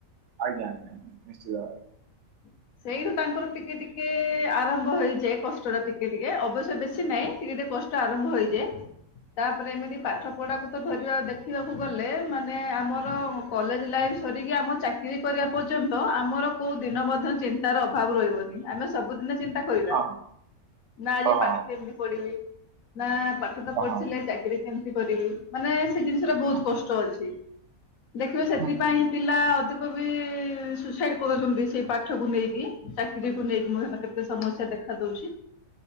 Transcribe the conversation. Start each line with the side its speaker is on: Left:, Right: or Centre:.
Right: ଆଜ୍ଞା ଆଜ୍ଞାା ନିଶ୍ଚିତ ଭାବରେ।
Left: ହଁ <unintelligible> ସେଇଠୁ ତାଙ୍କର ଟିକେ ଟିକେ ଆରମ୍ଭ ହେଇଯାଏ କଷ୍ଟ ଟା ଟିକେ ଟିକେ ଅବଶ୍ୟ ବେଶୀ ନାହିଁ। ଟିକେ ଟିକେ କଷ୍ଟ ଷ୍ଟ ଆରମ୍ଭ ହେଇଯାଏ। ତାପରେ ଏମିତି ପାଠ ପଢାକୁ ଧରିବା ଦେଖିବାକୁ ଗଲେ ମାନେ ଆମର କଲେଜ ଲାଇଫ୍ ସରିକି ଆମ ଚା କିରି କରିବା ପର୍ଯ୍ୟନ୍ତ ଆମର କେଉଁ ଦିନ ମଧ୍ୟ ଚିନ୍ତାର ଅଭାବ ରହିବନି। ଆମେ ସବୁଦିନେ ଚିନ୍ତା କରିବା
Right: ହଁ
Left: ନା ଆଜି
Right: ହଁ ହଁ
Left: ପାଠ କେମିତି ପଢିବି ନା ପା ଠତ
Right: ହଁ
Left: ପଢିଥିଲେ
Right: ହଁ
Left: ଚାକିରି କେମିତି କରିବି। ମାନେ ସେ ଜିନିଷରେ ବହୁତ
Right: ହୁଁ
Left: କଷ୍ଟ ଅଛି। ଦେଖିବେ ସେଥିପାଇଁ
Right: ହୁଁ ହୁଁ ହୁଁ
Left: ପିଲା ଅଧିକ ବି ସୁଇସାଇଡ କରୁଛନ୍ତି ସେଇ ପାଠକୁ ନେଇକି। ଚାକିରିକୁ ନେଇକି ମୁ <unintelligible> କେତେ ସମସ୍ୟା ଦେଖାଦଉଛି।